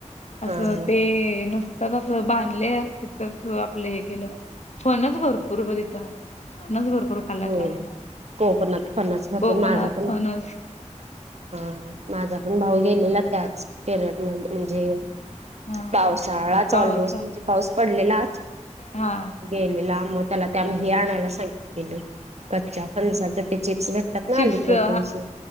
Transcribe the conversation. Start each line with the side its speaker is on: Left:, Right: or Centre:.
Left: असं
Right: हा हा
Left: ते नुसतच असं बांधले, तिथंच आपलं हे केलं. फणस भरपूर बघ तिथं फणस भरपूर खाल्ला
Right: होय,
Left: त्यावेळेला
Right: कोकणात फणस, भरपूर
Left: कोकणात
Right: माझा पण.
Left: फणस
Right: हा माझा पण भाऊ गेलेला त्याच पिरियड मधे म्हणजे
Left: हा
Right: पावसाळाच
Left: पावसात
Right: ऑलमोस्ट म्हणजे पाऊस पडलेलाच
Left: हा.
Right: गेलेलं आमू त्याला ते हे आणायला सांगितलेल, कच्च्या फणसाचे ते चिप्स भेटत. त्यातन
Left: चिप्स
Right: अलीकडचे
Left: हा